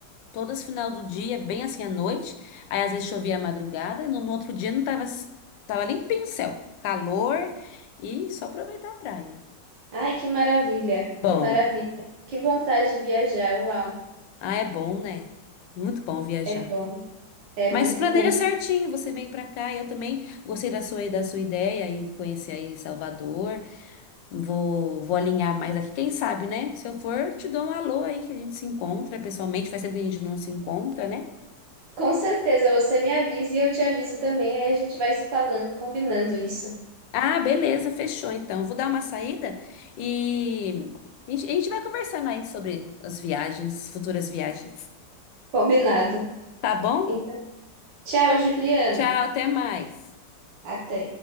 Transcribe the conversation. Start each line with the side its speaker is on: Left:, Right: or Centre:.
Left: todas final do dia, bem assim à noite. Aí às vezes chovia à madrugada e no, no outro dia não tava, s- tava limpinho o céu. Calor e só aproveitar a praia.
Right: Ai, que maravilha,
Left: Bom,
Right: que maravilha. Que vontade de viajar, uau.
Left: ah, é bom, né? Muito bom viajar.
Right: É bom, é
Left: Mas
Right: muito
Left: planeja
Right: bom.
Left: certinho, você vem pra cá. Eu também gostei da sua, da sua ideia e conhecer aí Salvador. Vou, vou alinhar mais aqui, quem sabe, né? Se eu for, te dou um alô aí que a gente se encontra pessoalmente. Faz tempo que a gente não se encontra, né?
Right: Com certeza, você me avisa e eu te aviso também. Aí a gente vai se falando e combinando isso.
Left: Ah, beleza, fechou então. Eu Vou dar uma saída e a gente a gente vai conversando aí sobre as viagens, futuras viagens.
Right: Combinado.
Left: Tá bom?
Right: Então, tchau, Juliana.
Left: Tchau, até mais.
Right: Até.